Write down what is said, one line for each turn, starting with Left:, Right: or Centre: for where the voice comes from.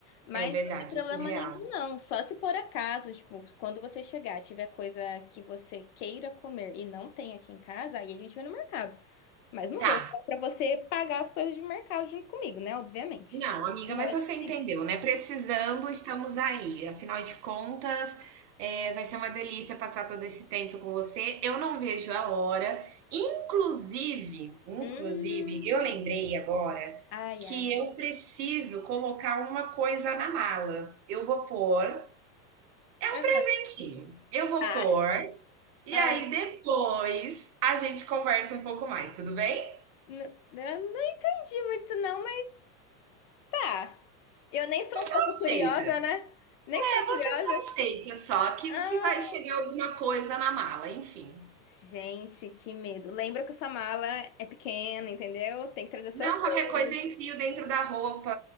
Left: Mas
Right: É verdade,
Left: não tem problema
Right: isso é real.
Left: nenhum, não. Só se por acaso, tipo, quando você chegar, tiver coisa que você queira comer e não tem aqui em casa, aí a gente vai no mercado. Mas não
Right: Tá.
Left: vou falar pra você pagar as coisas de mercado junto comigo, né? Obviamente.
Right: Não, amiga,
Left: Lógico
Right: mas você
Left: que
Right: entendeu,
Left: sim.
Right: né? Precisando, estamos aí. Afinal de contas, é, vai ser uma delícia passar todo esse tempo com você. Eu não vejo a hora. Inclusive, inclusive,
Left: Hum.
Right: eu lembrei agora
Left: Ai,
Right: que
Left: ai.
Right: eu preciso colocar uma coisa na mala. Eu vou pôr, é um
Left: É,
Right: dentinho. Eu vou
Left: Ah,
Right: pôr, e
Left: ah.
Right: aí depois a gente conversa um pouco mais, tudo bem?
Left: N- eu não entendi muito, não. Ah, eu nem sou um pouco
Right: aceita.
Left: curiosa, né? Nem
Right: É,
Left: sou curiosa.
Right: você só aceita, só que,
Left: Ah,
Right: que vai chegar alguma coisa na mala, enfim.
Left: gente, que medo. Lembra que essa mala é pequena, entendeu? Tem que trazer suas
Right: Não,
Left: coisas,
Right: qualquer coisa eu enfio dentro da roupa,